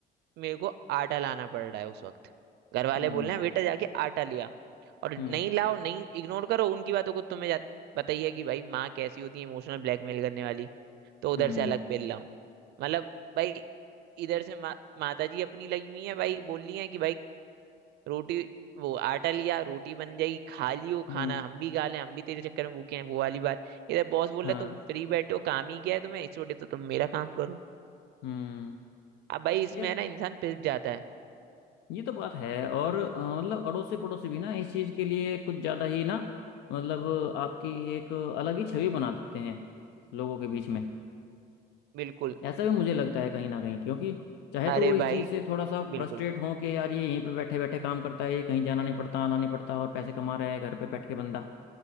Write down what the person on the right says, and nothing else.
मेरे को आटा लाना पड़ रहा है उस वक्त घर वाले
बोल रहे हैं बेटा जाके आटा लिया और
नहीं लाओ नहीं इग्नोर करो उनकी बातों को तुम्हें जा- बताइए कि भाई माँ कैसी होती है इमोशनल ब्लैकमेल करने वाली तो उधर
से अलग पिल लाओ मतलब भाई इधर से मा, माता जी अपनी लगी हुई है भाई बोल रही है कि भाई रोटी वो आटा लिया रोटी बन जाएगी खा लियो
खाना हम भी खा लें हम भी तेरे चक्कर में भूखे हैं वो वाली बात इधर बॉस बोल
रहा है तो फ्री बैठो काम ही क्या है तुम्हें इस छोटे तो तुम मेरा काम करो
अब भाई इसमें
है ना इंसान पिस जाता है
बिल्कुल
अरे
भाई
बिल्कुल